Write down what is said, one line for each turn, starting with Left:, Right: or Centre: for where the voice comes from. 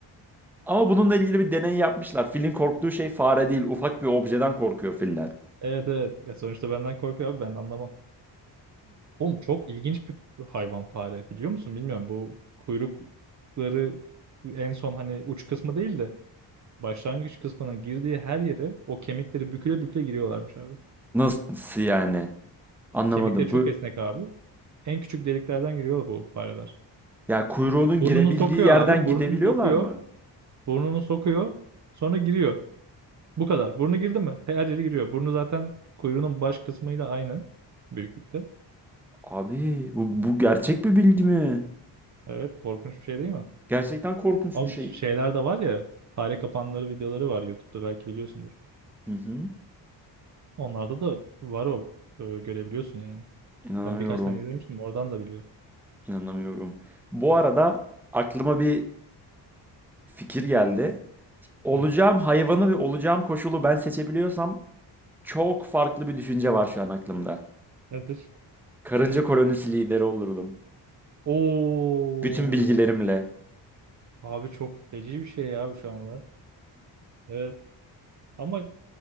Centre: Ama bununla ilgili bir deney yapmışlar. Filin korktuğu şey fare değil, ufak bir objeden korkuyor filler.
Right: Evet evet. E sonuçta benden korkuyor abi ben anlamam. Oğlum çok ilginç bir hayvan fare biliyor musun? Bilmiyorum bu kuyrukları en son hani uç kısmı değil de başlangıç kısmına girdiği her yere o kemikleri büküle büküle giriyorlarmış abi.
Centre: Nasıl yani? Anlamadım.
Right: Kemikleri çok
Centre: Bu
Right: esnek abi. En küçük deliklerden giriyor bu fareler.
Centre: Ya kuyruğunun
Right: Burnunu
Centre: girebildiği
Right: sokuyor
Centre: yerden
Right: abi.
Centre: gidebiliyorlar
Right: Burnunu sokuyor.
Centre: mı?
Right: Burnunu sokuyor. Sonra giriyor. Bu kadar. Burnu girdi mi? Her yeri giriyor. Burnu zaten kuyruğunun baş kısmıyla aynı büyüklükte.
Centre: Abi bu, bu gerçek bir bilgi mi?
Right: Evet, korkunç bir şey değil mi?
Centre: Gerçekten korkunç
Right: Ama
Centre: bir şey.
Right: şeyler de var ya, fare kapanları videoları var YouTube'da belki biliyorsundur.
Centre: Hı hı.
Right: Onlarda da var o. e, görebiliyorsun yani.
Centre: İnanamıyorum.
Right: Ben birkaç tane izlemiştim. Oradan da biliyorum.
Centre: İnanamıyorum. Bu arada aklıma bir fikir geldi. Olacağım
Right: Hı.
Centre: hayvanı ve olacağım koşulu ben seçebiliyorsam çok farklı bir düşünce var şu an aklımda.
Right: Nedir?
Centre: Karınca kolonisi lideri olurdum.
Right: Oo,
Centre: Bütün bilgilerimle.
Right: abi çok feci bir şey ya bu şu anda. Evet. Ama